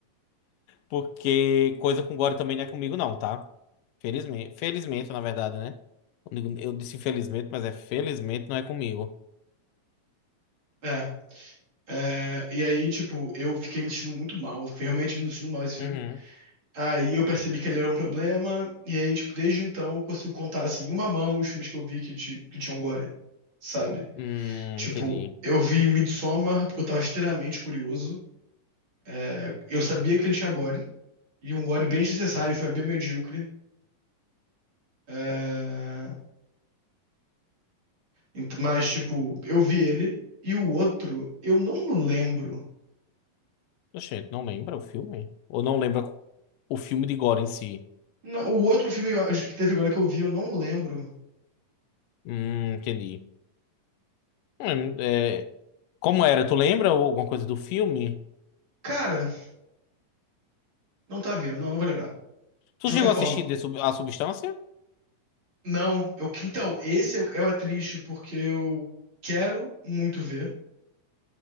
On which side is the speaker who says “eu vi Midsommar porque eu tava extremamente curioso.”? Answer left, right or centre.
Right